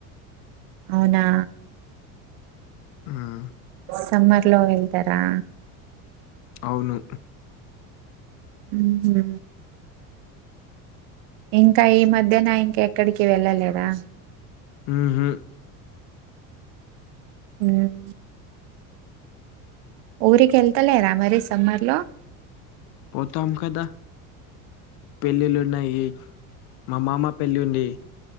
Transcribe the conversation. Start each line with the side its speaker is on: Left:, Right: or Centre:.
Right: అవునా
Left: ఆహ
Right: సమ్మర్లో వెళ్తారా
Left: అవ్ను
Right: ఉ హుహ్ ఇంకా ఈ మధ్యనా ఇంకేక్కడికి వెళ్ళలేరా
Left: ఉమ్ హు
Right: ఉమ్ ఊరికెళ్తలేరా మరి సమ్మర్లో
Left: పోతం కదా పెళ్లిలున్నాయి మా మామ పెళ్ళుంది